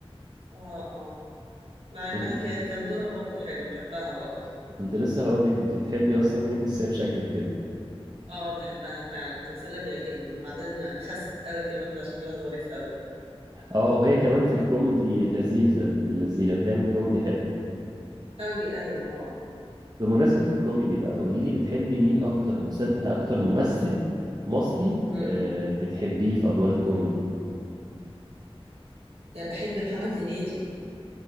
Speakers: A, on the right; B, on the right.
A: اه اه مع انها
B: انت
A: ك- كان دورها برضو حلو بحبها برضو
B: كنت لسه هقول لك انت بتحبي اصلا هي كساب شكلك كده
A: اه بحبها فعلا تمثيلها بيعجبني وبعدين خست قوي كمان بقى شكلها ظريف قوي
B: اه وهي كمان في الكوميدي لذيذه بنت اللذينه بتعمل كوميدي حلو
A: قوي قوي اه
B: بمناسبه الكوميدي بقى قولي لي بتحبي مين اكتر مسل... اكتر ممثل مصري
A: امم
B: آه بتحبيه في ادوار الكوميدي
A: بحب محمد هنيدي